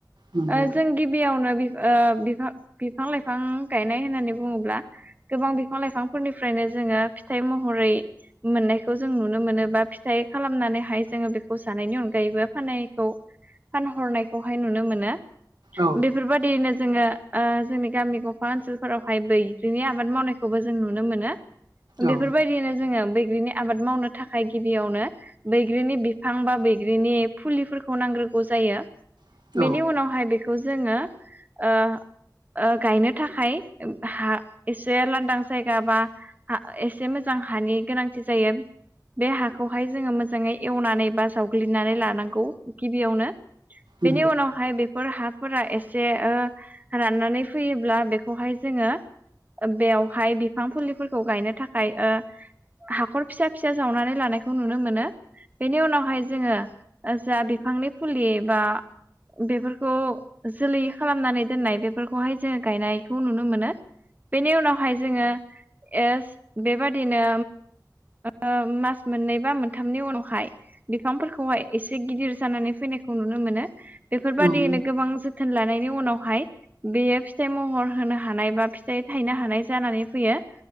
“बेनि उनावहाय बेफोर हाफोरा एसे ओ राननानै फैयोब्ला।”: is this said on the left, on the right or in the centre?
Right